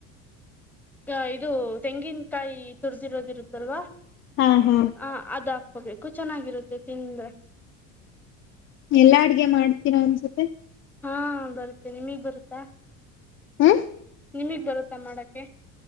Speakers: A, in the centre; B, on the left.
A: ಅ ಇದು ತೆಂಗಿನಕಾಯಿ ತುಡಿದಿರೋದಿರುತ್ತಲ್ವಾ
B: ಹಾ ಹಾ
A: ಹ ಅದಾ ಹೋಗ್ಬೇಕು ಚೆನ್ನಾಗಿರುತ್ತೆ ತಿಂದ
B: ಎಲ್ಲಾ ಅಡ್ಗೆ ಮಾಡ್ತೀರಾ ಒನ್ಸತ್ತ
A: ಹಾ ಬರ್ತ್ತೇ ನಿಮಗ್ ಬರುತ್ತಾ
B: ಹ್ಮ್
A: ನಿಮಗ್ ಬರುತ್ತಾ ಮಾಡಕೆ